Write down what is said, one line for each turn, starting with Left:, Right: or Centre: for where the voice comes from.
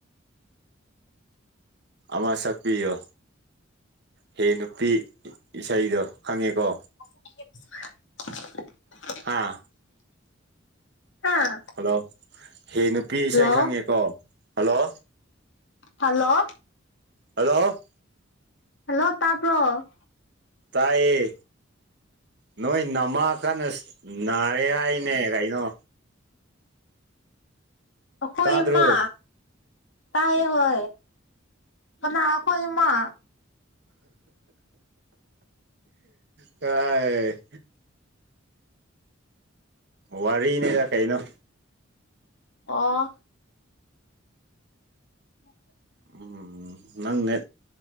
Right: ꯃꯥ ꯁꯛꯄꯤꯌꯣ ꯍꯦ ꯅꯨꯄꯤ ꯏꯁꯩꯗꯣ ꯈꯪꯉꯦꯀꯣ
Left: <inaudible>
Right: ꯍꯥꯥ
Left: ꯍꯥꯥ
Right: ꯍꯜꯂꯣ ꯍꯦ ꯅꯨꯄꯤ ꯏꯁꯩ
Left: ꯑꯣ
Right: ꯈꯪꯉꯦꯀꯣ ꯍꯜꯂꯣ
Left: ꯍꯜꯂꯣ
Right: ꯍꯜꯂꯣ
Left: ꯍꯜꯂꯣ ꯇꯥꯕ꯭ꯔꯣ
Right: ꯇꯥꯏꯑꯌꯦ ꯅꯣꯏ ꯅꯃꯀꯥꯟ ꯅꯥꯔꯦ ꯍꯥꯏꯅꯦ ꯀꯩꯅꯣ
Left: ꯑꯣꯈꯣꯏ
Right: ꯇꯥꯗ꯭ꯔꯣ
Left: ꯏꯃꯥ ꯇꯥꯏ ꯍꯣꯏ ꯑ ꯑꯈꯣꯏ ꯏꯃ
Right: ꯀꯥꯏ ꯋꯥꯔꯤꯅꯦꯗ ꯀꯩꯅꯣ
Left: ꯑꯣ ꯎ
Right: ꯎ ꯅꯪꯅꯦ